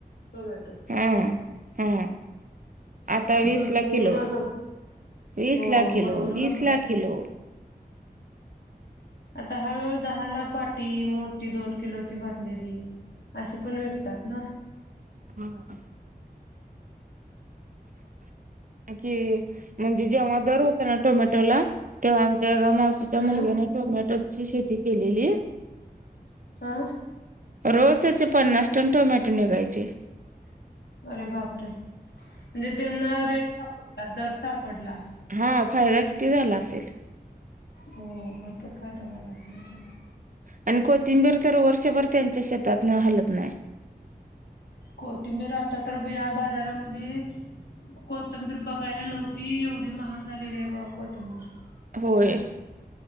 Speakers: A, on the left (about 80°); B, on the right (about 55°).
A: टोमॅटो.
B: हा हा. आता वीस
A: भरपूर
B: ला किलो
A: महाग
B: वीस
A: हो
B: ला किलो
A: भरपूर
B: वीस
A: महाग
B: ला किलो.
A: आता हळूहळू दहाला पाटी मोठी दोन किलोची भरलेली. अशे पण विकतात ना.
B: हांच की म्हणजे जेव्हा दर होता ना टोमॅटो ला तेव्हा आमच्या एका मावशीच्या
A: हा
B: मुलग्याने टोमॅटोची शेती केलेली.
A: हा.
B: रोज त्याचे पन्नास टन टोमॅटो निघायचे.
A: अरे बापरे! म्हणजे त्यांना रेट सापडला दर सापडला.
B: हां.. फायदा किती झाला असेल.
A: हो भरपूर कायदा झाला असला त्याला.
B: आणि कोथिंबीर तर वर्षभर त्यांच्या शेतातन हालत नाही.
A: कोथिंबीर आतातर बया या बाजारामध्ये कोथंबीर बघायला नव्हती, एवढी महाग झालेली आहे बघा कोथंबीर.
B: होय.